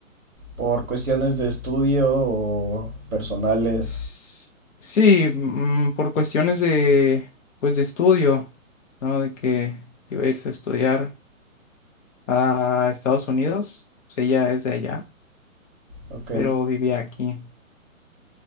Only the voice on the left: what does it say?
S- Sí, mm, por cuestiones de, pues, de estudio, ¿no? De que iba a irse a estudiar a Estados Unidos, pues ella es de allá.
pero vivía aquí.